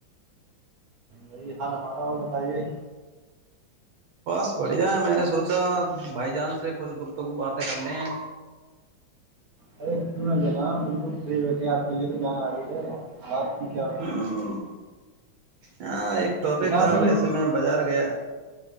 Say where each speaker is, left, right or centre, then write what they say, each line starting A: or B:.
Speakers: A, on the right (about 60°); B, on the right (about 80°).
A: وہی حال ہمارا اور بتائیے
B: بس بڑھیا ہے میں نے سوچا بھائی جان سے کچھ گفتگو باتیں کرلیں
A: ارے کیوںنا ج ن بالکل فریٹے آپ کے لی جانا آگے بات کی کیا
B: ہوں ہاں ایک ٹاپک
A: جناب
B: تھا ا
A: لیکن
B: و ایسے میں بازار گیا